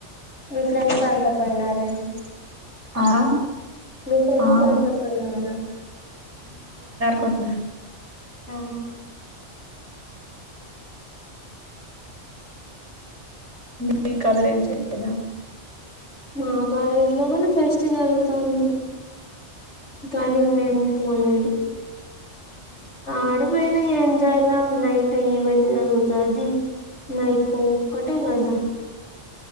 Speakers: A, on the left; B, on the right.
A: మీ ఫ్రెండ్స్ అంత పోయినారు అని
B: ఆ
A: మీ ఫ్రెండ్స్
B: ఆ
A: అంత పోయినారని,
B: పందె
A: ఆ
B: మీ కాలేజ్ లో ఏం చే <unintelligible> దా
A: మా కాలేజ్ లోగున ఫెస్ట్ జరుగుతంది కానీ మేం పోలేది ఆడు బైనే ఎంజాయ్ లవ్ నైట్ టి ఇవెంట్ జరగుతాది నైట్ కొ ఒక్కటే కదా